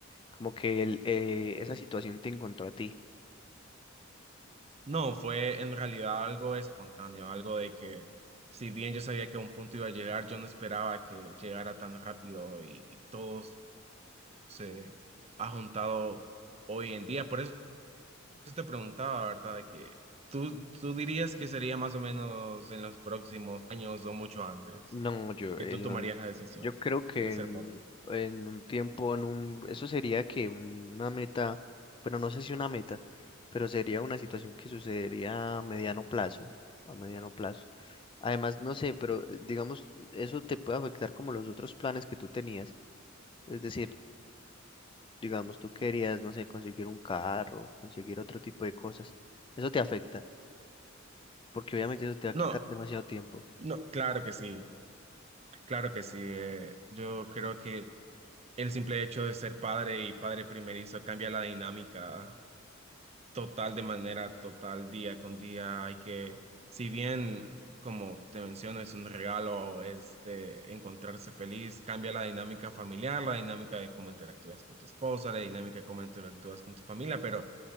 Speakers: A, on the left; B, on the right.
A: Como que él, eh, esa situación te encontró a ti.
B: No, fue en realidad algo espontáneo, algo de que si bien yo sabía que a un punto iba a llegar, yo no esperaba que llegara tan rápido y, y todo se ha juntado hoy en día. Por eso eso te preguntaba, ¿verdad? De que tú, tú dirías que sería más o menos en los próximos años o mucho antes
A: No, yo, él
B: que tú tomarías
A: no-
B: la decisión
A: yo creo que
B: de ser
A: en,
B: papá.
A: en un tiempo, en un, eso sería que un- una meta, pero no sé si una meta, pero sería una situación que sucedería a mediano plazo, a mediano plazo. Además, no sé, pero eh, digamos, eso te puede afectar como los otros planes que tú tenías. Es decir, digamos, tú querías, no sé, conseguir un carro, conseguir otro tipo de cosas. Eso te afecta, porque obviamente eso te va a quitar
B: No,
A: demasiado tiempo.
B: no, claro que sí, claro que sí. eh, yo creo que el simple hecho de ser padre y padre primerizo cambia la dinámica total de manera total día con día. Hay que, si bien, como te menciono, es un regalo, es de encontrarse feliz, cambia la dinámica familiar, la dinámica de cómo interactúas con tu esposa, la dinámica de cómo interactúas con tu familia, pero,